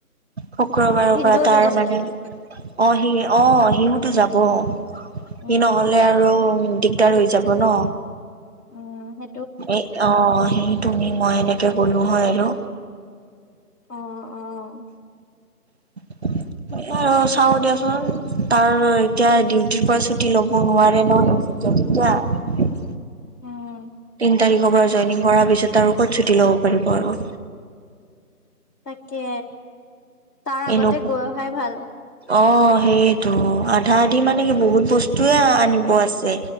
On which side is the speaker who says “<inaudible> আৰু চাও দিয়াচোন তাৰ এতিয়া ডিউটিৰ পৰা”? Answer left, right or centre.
Right